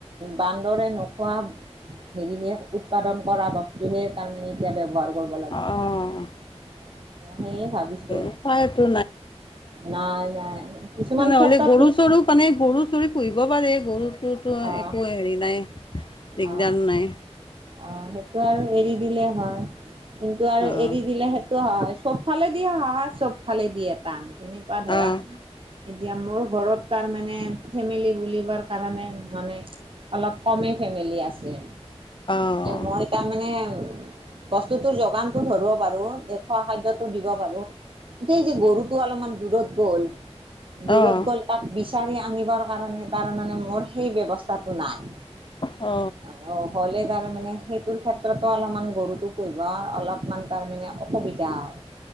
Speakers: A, on the right; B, on the left.
A: বান্দৰে নোখোৱা হেৰিহে উৎপাদন কৰা বস্তুহে তাৰমানে এতিয়া ব্যৱহাৰ কৰিব
B: সেইটোৱেতো
A: লাগিব। এতিয়া সেয়ে ভাবিছো
B: উপায়তো
A: নাই নাই কিছুমান
B: নহ'লে
A: ক্ষেত্ৰত
B: গৰু
A: পিছ
B: চৰু মানে গৰু চুৰি পুহিব পাৰে গৰুটোোতো
A: অ
B: একো হেৰি নাই দিগদান
A: অ
B: নাই
A: অ সেইটো আৰু এৰি দিলে হয় কিন্তু আৰু
B: অঁ
A: এৰি দিলে স হয় চব ফালে দিয়ে সহা চব ফালে দিয়ে টান তেনেকুৱা ধৰা
B: অঁ
A: এতিয়া মোৰ ঘৰত তাৰ মানে ফেমিলি বুলিিবাৰ কাৰণে মানে অলপ কমেই ফেমিলি আছিল
B: অঁ
A: মই তাৰমানে উ বস্তুটোৰ যোগানতটো ধৰিব পাৰো খোৱা খাদ্্যতটো দিব পাৰো সেই যে গৰুতো অলপমান দূৰত গ'ল দূৰত
B: অঁ অঁ
A: গ'ল তাক বিচাৰি আনিবৰ কাৰণে তাৰ মানে মোৰ সেই ব্যৱস্থাটো নাই
B: অ
A: অ হ'লে তাৰমানে সেইটোৰ ক্ষেত্ৰতো অলপমান গৰুটো পুহব আৰু অলপমান তাৰমানানে অসুবিধা হয়